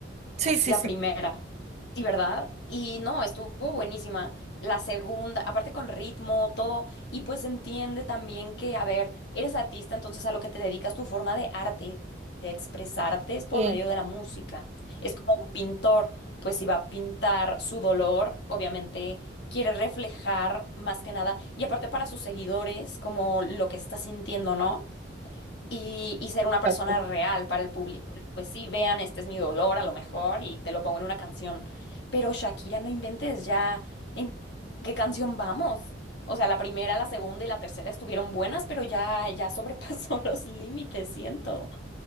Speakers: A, on the right (about 35°); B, on the left (about 60°).
A: Sí, sí,
B: La
A: sí.
B: primera, sí, ¿verdad? Y no, estuvo buenísima. La segunda, aparte con ritmo, todo, y pues entiende también que, a ver, eres artista, entonces a lo que te dedicas tu forma de arte, de expresarte es por
A: Sí,
B: medio de la música. Es como un pintor, pues si va a pintar su dolor, obviamente quiere reflejar más que nada, y aparte para sus seguidores, como lo que está sintiendo, ¿no? y, y ser
A: exacto.
B: una persona real para el público. de, Pues sí, vean, este es mi dolor a lo mejor y te lo pongo en una canción. Pero Shakira, no inventes ya en qué canción vamos. O sea, la primera, la segunda y la tercera estuvieron buenas, pero ya, ya sobrepasó <laughs> los límites, siento.